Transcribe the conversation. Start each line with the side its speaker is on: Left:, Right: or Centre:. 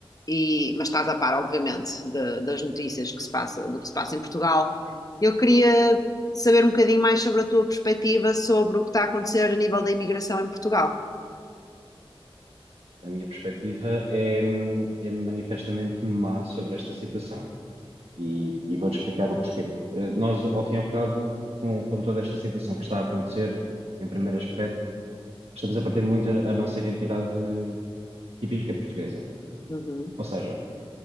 Left: e mas estás a par, obviamente, de- das notícias que se passa, do que se passa em Portugal, eu queria saber um bocadinho mais sobre a tua perspectiva sobre o que está a acontecer a nível da imigração em Portugal.
Right: A minha perspectiva é, hum, é manifestamente má sobre esta situação e, e vou-te explicar o porquê. Porque, eh, Nós, ao fim e ao cabo, com, com toda esta situação que está a acontecer, em primeiro aspecto, estamos a perder muito a, a nossa identidade típica portuguesa.
Left: Uhum.
Right: Ou seja,